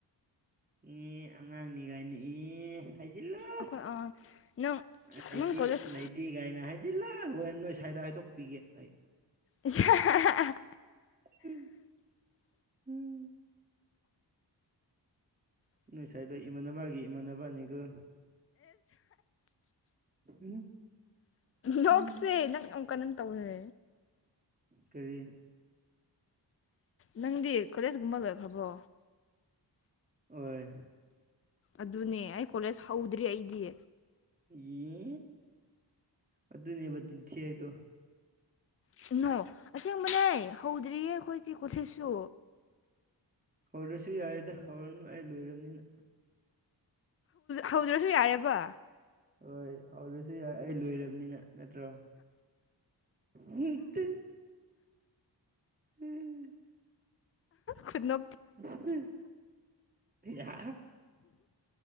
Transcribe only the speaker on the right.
ꯏ ꯑꯉꯥꯡꯅꯤ ꯀꯥꯏꯅꯤ ꯏ ꯍꯥꯏꯒꯣ ꯂꯩꯥꯏꯇꯤ
ꯂꯩꯥꯏꯇ ꯗꯤ ꯀꯥꯏꯅ ꯍꯥꯏꯖꯤꯜꯂꯥꯛ ꯍꯣꯏꯦꯟ ꯅꯣꯏ ꯁ꯭ꯋꯥꯏꯗ ꯍꯥꯏꯗꯣꯛꯄꯤꯒꯦ ꯑꯩ
ꯎꯝ ꯎꯝ ꯅꯣꯏ ꯁ꯭ꯋꯥꯏꯗꯣ ꯏꯃꯥꯟꯅꯕꯒꯤ ꯏꯃꯥꯟꯅꯕꯅꯤꯀꯣ ꯎꯝ
ꯎꯝ
ꯀꯔꯤ
ꯑꯣꯏ
ꯌꯦ ꯑꯗꯨꯅꯦꯕꯤꯟꯁꯤ ꯍꯥꯏꯥꯏꯗꯣ
ꯍꯧꯔꯁꯨ ꯌꯥꯔꯦꯗ ꯍꯧꯔꯅꯨ ꯑꯩ ꯂꯣꯏꯔꯕꯅꯤꯅ
ꯍꯣꯏ ꯍꯧꯔꯁꯨ ꯌꯥꯏ ꯑꯩ ꯂꯣꯏꯔꯕꯅꯤꯅ ꯅꯠꯇ꯭ꯔꯣ ꯍꯠ ꯎꯝ
<inaudible>